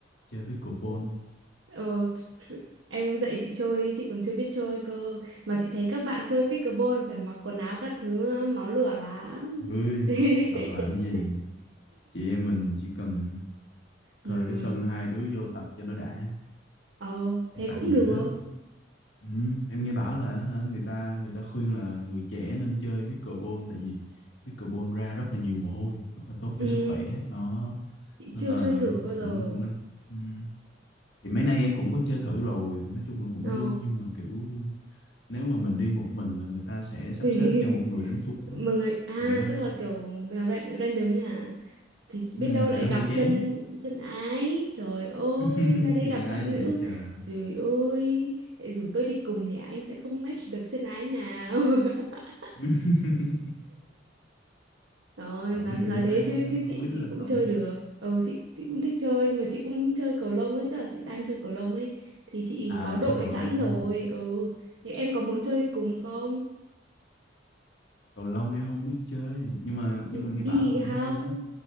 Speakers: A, on the left; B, on the right.
A: chơi pickleball
B: Ừ. ờ th- em dạy chị chơi chị còn chưa biết chơi cơ mà chị thấy các bạn chơi pickleball phải mặc quần áo các thứ máu lửa lắm
A: ơi
B: <laughs>
A: hoặc là cái gì chị em mình chỉ cần thuê
B: ừ.
A: cái sân hai đứa vô tập cho nó đã
B: ờ thế
A: tại
B: cũng
A: vì
B: được
A: á Ừ, em nghe bảo là hả, người ta người ta khuyên là người trẻ nên chơi pickleball tại vì pickleball ra rất là nhiều mồ hôi rất là tốt
B: ừ
A: cho sức khỏe đó
B: chị
A: nên
B: chưa
A: là
B: chơi thử bao giờ
A: cũng cũng nên ừ. thì mấy nay em cũng có chơi thử rồi nói chung là cũng
B: ờ
A: vui nhưng mà kiểu nếu mà mình đi một mình là người ta sẽ sắp
B: thì
A: xếp cho
B: <laughs>
A: một người đánh chung á,
B: mọi người à
A: thì nó
B: tức là kiểu ra- random ấy hả thì
A: ừ,
B: biết đâu lại
A: thì nó
B: gặp
A: hơi chán
B: chân chân ái trời ơi
A: <laughs>
B: ra đây
A: chừng
B: gặp
A: ai
B: bạn
A: gì
B: nữ
A: nữa chờ
B: trời ơi lại rủ tôi đi cùng thì anh sẽ không match được chân ái nào <laughs>
A: <laughs>
B: rồi
A: còn
B: nói
A: gì
B: nói
A: không
B: thế
A: ta
B: chứ chứ
A: không
B: chị
A: biết
B: chị
A: là
B: cũng
A: còn
B: chơi được ừ chị chị cũng thích chơi nhưng mà chị cũng chơi cầu lông ấy tức là chị đang chơi cầu lông ấy thì chị
A: à
B: có đội
A: chơi cầu
B: sẵn
A: lông
B: rồi ừ thì em có muốn chơi cùng không
A: cầu lông em không biết chơi nhưng mà
B: đi
A: nhưng mà nghe
B: đi
A: bảo là cũng
B: không
A: hay lắm